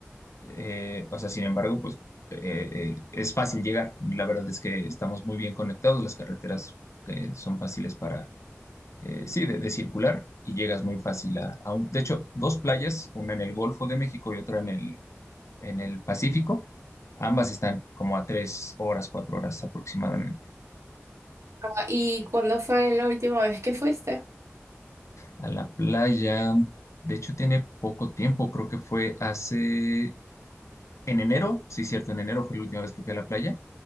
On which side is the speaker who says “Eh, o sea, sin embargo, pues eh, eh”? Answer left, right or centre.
Left